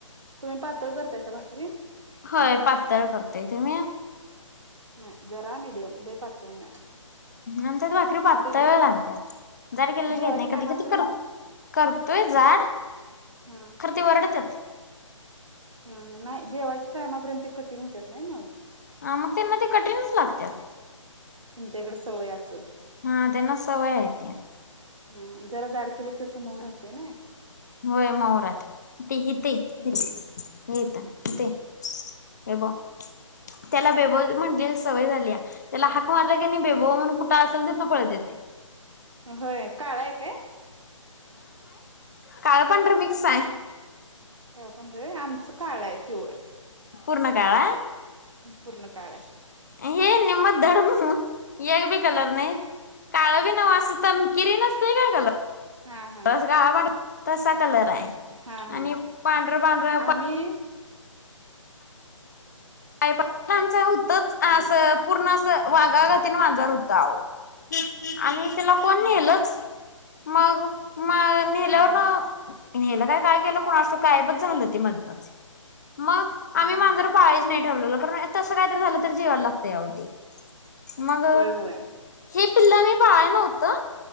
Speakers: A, on the right; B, on the left.
A: तुम्ही पातळ करतायसा भाकरी. <unintelligible>
B: होय. पातळ करतोय तुम्ही,
A: नाही, जरा मीडियम लई पातळ नाही.
B: आमच्यात भाकरी पातळ
A: मग ते
B: लागत्यात जाड केलेलं
A: जेवायच्या
B: खात नाही
A: टायमापर्यंत
B: कधी कधी कर करतोय जाड
A: हा
B: खरं ते वरडत्यात.
A: हा नाही जेवायच्या टायमापर्यंत ते कठीण होत्यात, नाय मग
B: हा मग तेना ते कठीणच लागत्यात.
A: तुमच्या इकड सवय असल.
B: हा त्यांना सवय आहे ती.
A: हा जरा जाड केले कस मऊ राहत्या. ते नई.
B: होय मऊ राहती. इथं ये, ये
A: हम्म
B: हित ये बेबो त्याला बेबो म्हटल सवय झाल्या त्याला हाक मारला की नाही बेबो म्हणून कुठं असेल तितन पळून येतंय.
A: होय, काळा हाय काय.
B: काळ पांढर मिक्स आहे.
A: पांढर होय आमचं काळ आहे प्युअर
B: पूर्ण काळ हाय.
A: पूर्ण काळ हाय.
B: <unintelligible> काळ बी नव्ह अस तपकीरी नसतय काय कलर
A: हा हा
B: <unintelligible> तसं. कलर आहे
A: हा हा
B: आणि पांढरं पांढरं.
A: आम्ही
B: <unintelligible> तरच असं
A: हा
B: पूर्ण असं. वाघा गतीन मांजर होत आहो आणि तेला कोण
A: हा
B: नेलच मग मग
A: हा
B: नेल्यावरन
A: हा
B: नेलं काय काय केलं कणा असं कायबच झालं ती मधनच मग आम्ही
A: हा
B: मांजर
A: हा
B: पाळायच. नाही ठरवलेल खर तस काय झाल तर ते जीवाला लागतय आहो ते मग
A: होय होय
B: हे पिल्ल मी पाहाय नव्हतं